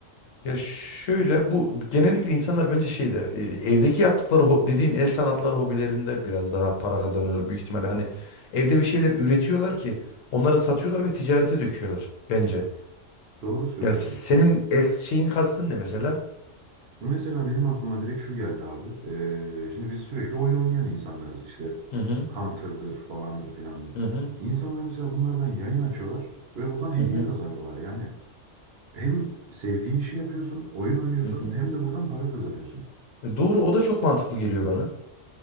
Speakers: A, on the left; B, on the right.
A: Ya şöyle bu genellikle insanlar bence şeyde e, evdeki yaptıkları ho- dediğim el sanatları hobilerinde biraz daha para kazanıyor büyük ihtimalle. Hani evde bir şeyler üretiyorlar ki onları satıyorlar ve ticarete döküyorlar bence.
B: Doğru söylüyorsun.
A: Yani senin el şeyin kastın ne mesela?
B: Mesela benim aklıma direkt şu geldi abi. Ee, şimdi biz sürekli oyun oynayan insanlarız işte.
A: Hı hı
B: Counter'dır falandır filandır.
A: hı hı
B: İnsanlar mesela bunlardan yayın açıyorlar ve buradan hediye
A: hı hı.
B: kazanıyorlar yani. Hem sevdiğin işi yapıyorsun, oyun oynuyorsun
A: hı hı.
B: hem de buradan para kazanıyorsun.
A: E, doğru o da çok mantıklı geliyor bana.